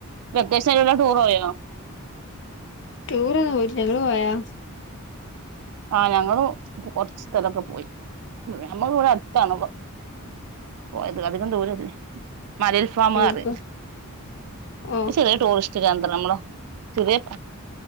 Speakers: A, on the right; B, on the left.
A: വെക്കേഷന് എവിടെലും ടൂറോയോ?
B: ടൂറോന്നും പോയിട്ടില്ല ഇങ്ങള് പോയാ
A: ആഹ് ഞങ്ങള് കൊറച്ച് സ്ഥലൊക്കെ പോയി ഞമ്മൾ ഇവിടെ അടുത്താണ് പ്പ പോയത് അധികം ദൂരല്ലേ മലയിൽഫാമത്
B: എവിട്ക്ക് ഓ
A: ഒരു ചെറിയ ടൂറിസ്റ്റ് റ്റ് കേന്ദ്രം നമ്മള് ചെറിയ